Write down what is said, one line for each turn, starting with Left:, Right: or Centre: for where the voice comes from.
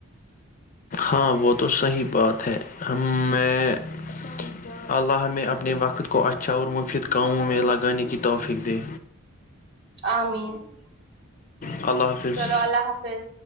Left: ہاں وہ تو صحیح بات ہے ہم میں اللہ اللہ ہم میں اپنے وقت کو اچھا اھا اور مفید کاموں میں لگانے کی توفق دے
Right: امین
Left: اللہ حافظ
Right: چلو اللہ حافظ